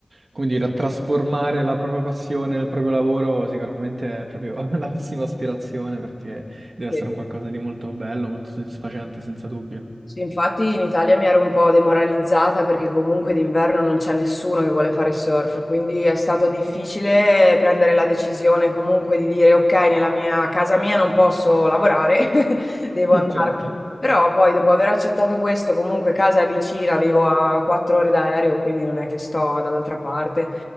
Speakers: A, on the right (about 65°); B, on the left (about 30°).
A: come dire, a trasformare la propria passione nel proprio lavoro, sicuramente è proprio <laughs> la massima aspirazione perché deve
B: sì.
A: essere un qualcosa di molto bello, molto soddisfacente, senza dubbio.
B: Sì, infatti in Italia mi ero un po' demoralizzata perché comunque d'inverno non c'è nessuno che vuole fare surf, quindi è stato difficile prendere la decisione comunque di dire ok, nella mia a casa mia non posso lavorare, <laughs> devo
A: <laughs>
B: andarmene. Però poi dopo aver accettato questo, comunque casa è vicina, vivo a quattro ore d'aereo, quindi non è che sto dall'altra parte,